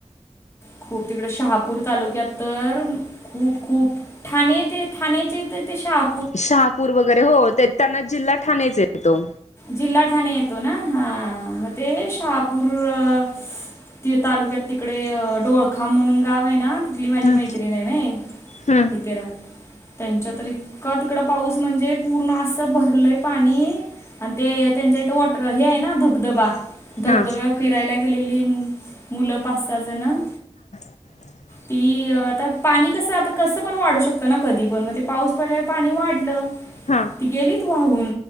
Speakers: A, on the left; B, on the left.
A: खूप तिकडं शहापूर तालुक्यात तर खूप खूप ठाणे ते ठाण्याच्या इथं ते शाह
B: शहापूर वगैरे हो, त्यांना जिल्हा ठाणेच येतो.
A: जिल्हा ठाणे येतो ना? हा, मग ते शहापूर अ ती तालुक्यात तिकडे डोळखाम म्हणून गाव आहे ना, तिथली माझी
B: हम्म
A: मैत्रीण नाही नाही
B: हम्म
A: तिथे राहते. त्यांच्यातरी इतकं तिकडं पाऊस म्हणजे पूर्ण असं भरलंय पाणी आणि ते त्यांच्या इथं वॉटर हे आहे ना धबधबा धबधब्यावर
B: हा
A: फिरायला गेलेली मुलं पाच सहा जणं
B: <inaudible>
A: ती आता पाणी कसं आता कसं पण वाढू शकतं ना कधी पण. मग ते पाऊस पडलेला पाणी वाढलं.
B: हा
A: ती गेलीत वाहून.